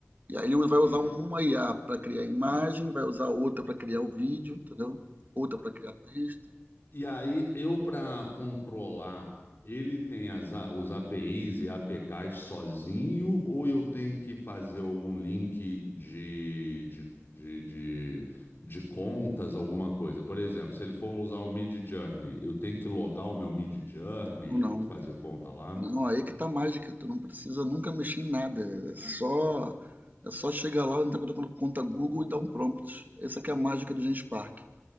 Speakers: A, on the right; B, on the left.
A: E aí ele vai
B: Entendi.
A: usar uma IA para criar imagem, vai usar outra para criar o vídeo, entendeu? Outra para criar texto,
B: E aí, eu para controlar, ele tem as A- os APIs e APKs sozinho, ou eu tenho que fazer algum link de, de, de, de, de contas, alguma coisa? Por exemplo, se ele for usar o Mid Journey, eu tenho que logar o meu Mid Journey,
A: ou
B: eu
A: não.
B: tenho que fazer conta lá.
A: Não, aí que tá a mágica, tu não precisa nunca mexer em nada, é só, é só chegar lá, entrar com a conta Google e dar um prompt. Essa que é a mágica do Genspark.